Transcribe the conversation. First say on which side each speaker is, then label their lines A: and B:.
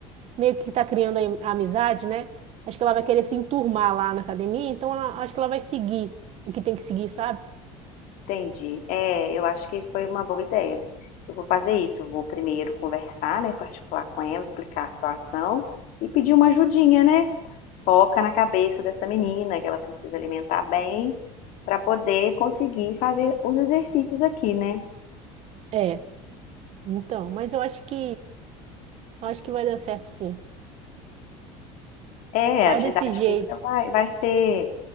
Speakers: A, on the right; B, on the left.
A: meio que tá criando a a amizade, né? Acho que ela vai querer se enturmar lá na academia, então ela- acho que ela vai seguir o que tem que seguir, sabe?
B: entendi. É, eu acho que foi uma boa ideia. Eu vou fazer isso. Eu vou primeiro conversar, né, particular com ela, explicar a situação e pedir uma ajudinha, né? Foca na cabeça dessa menina que ela precisa alimentar bem para poder conseguir fazer os exercícios aqui, né?
A: É, então, mas eu acho que, eu acho que vai dar certo, sim.
B: É,
A: Faz
B: a atividade
A: desse jeito.
B: física vai, vai ser